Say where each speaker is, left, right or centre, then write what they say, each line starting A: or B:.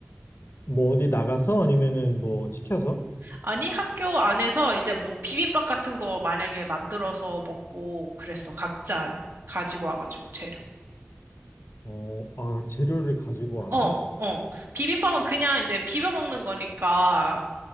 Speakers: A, on the left; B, on the right.
A: 뭐 어디 나가서 아니면은 뭐 시켜서
B: 아니, 학교 안에서 이제 뭐 비빔밥 같은 거 만약에 만들어서 먹고 그랬어. 각자 가지고 와가지고 재료.
A: 어, 아, 재료를 가지고 와서
B: 어, 어. 비빔밥은 그냥 이제 비벼 먹는 거니까